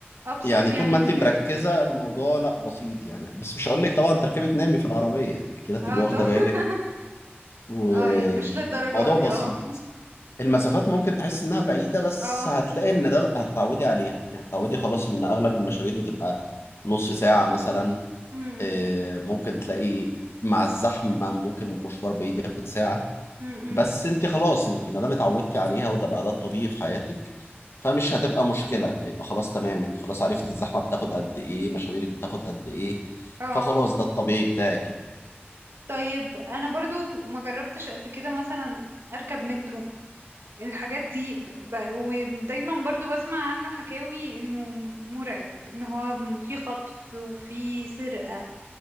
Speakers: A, on the right; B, on the left.
A: ابسط
B: يعني
A: يعني
B: طول ما انت
A: من
B: مركزه الموضوع لا بسيط يعني بس مش هقول لك طبعا تركبي تنامي في العربيه يعني كده هتبقي
A: اه طب
B: واخده
A: <laughs>
B: بالك وموضوع
A: اه يعني مش للدرجة دي
B: بسيط
A: اه
B: المسافات ممكن تحس انها بعيده بس
A: اه
B: هتلاقي ان ده هتتعودي عليها يعني هتتعودي خلاص ان اغلب المشاوير بتبقى نص ساعه مثلا
A: امم
B: آه، ممكن تلاقي مع الزحمه ممكن مشوار بعيد ياخد ساعه
A: امم امم، امم،
B: بس انت خلاص انت ما دام اتعودتي عليها وده بقى ده الطبيعي في حياتك فمش هتبقى مشكله هيبقى خلاص تمام انت خلاص عرفتي الزحمه بتاخد قد ايه مشاويرك بتاخد قد ايه
A: اه
B: فخلاص ده الطبيعي بتاعك
A: طيب انا برضو ما جربتش قبل كده مثلا اركب مترو الحاجات دي ب... ب... ودايما برضو بسمع عنه حكاوي انه مرعب ان هو في خطف وفي سرقة